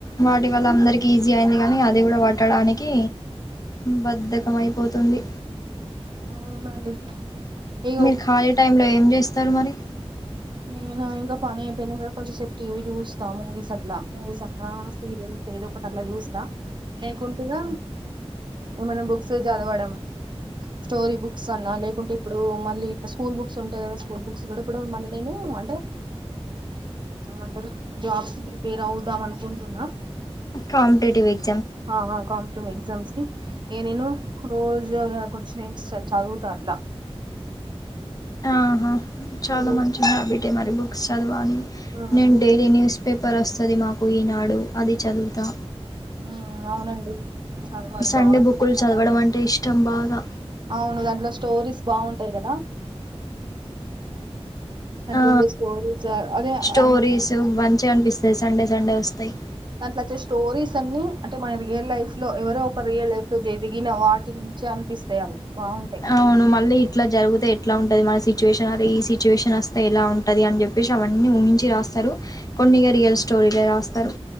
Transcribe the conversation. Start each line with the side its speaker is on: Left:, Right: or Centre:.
Left: వాటి వల్ల అందరికి ఈజీ అయింది కానీ అది కూడా పట్టడానికి బద్ధకం అయిపోతుంది
Right: అవునండి ఇగ
Left: మీరు ఖాళీ టైమ్ లో ఏం చేస్త స్థారు మరి
Right: నేను ఇంకా పని అయిపోయినా కద కొంచెం సేపు టీవీ చూస్తా మూవీస్ అట్లా మూవీస్ అన్నా సీరియల్స్ ఏదో ఒకటి అట్లా చూస్తా లేకుంటే ఇగ ఏమన్నా బుక్స్ చదవడం స్టోరీ బుక్స్ అన్నా లేకుంటే ఇప్పుడు మళ్ళీ ఇట్లా స్కూల్ బుక్స్ ఉంటాయి కదా స్కూల్ బుక్స్ కూడా ఇప్పుడు మళ్ళీ నేను అంటే ఏమంటారు జాబ్స్ కి ప్రిపేర్ అవుదాం అనుకుంటున్నా
Left: కాంపిటేటివ్యి
Right: ఆ కాంపిటివ్ ఎగ్జామ్స్ కి ఏ నేను రోజు కొంచే చదువుతా అట్లా
Left: ఆహా చాలా
Right: మళ్ళీ
Left: మంచి హాబిట్ మరి బుక్స్ చదవాలి
Right: ఉమ్
Left: నేను
Right: ఉమ్
Left: డైలీ న్యూస్ పేపర్ వస్తా అది మాకు ఈనాడు అది చదువుతా.
Right: ఆ అవునండి చాలా మరి
Left: సండే
Right: బాగు.
Left: బుక్కులు చదవడం అంటే ఇష్టం
Right: <inaudible>
Left: బాగా
Right: అవును దాట్లో స్టోరీస్ బాగుంటాయి కదా. దాంట్లో
Left: ఆ
Right: ఉండే స్టోరీస్ అదే
Left: స్టోరీస
Right: ఆ,
Left: మంచిగన్ అనిపిస్తయి సండే సండే వస్తయ్.
Right: దాంట్లో వచ్చే స్టోరీస్ అన్నీ, అంటే మన రియల్ లైఫ్ లో ఎవరో ఒక రియల్ లైఫ్ లో జరిగిన వాటి నుంచె అనిపిస్తయ్ అవి. బాగుంటాయి
Left: అవును మళ్ళీ ఇట్లా జరుగుతే. ఎట్లా ఉంటది మన సిచ్యువేషన్ అదీ ఈ సిచ్యువేషన్ వస్తే ఎలా ఉంటది అని చెప్పేసి అవన్నీ ఊహంచి రాస్తరూ. కొన్ని ఇగ రియల్ స్టోరీలే రాస్తరు.